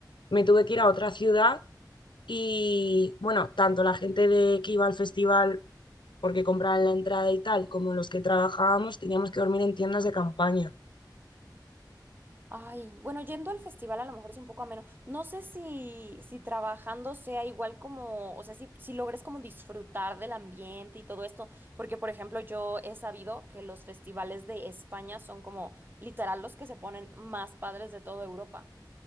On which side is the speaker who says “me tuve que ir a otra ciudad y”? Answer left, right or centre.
Left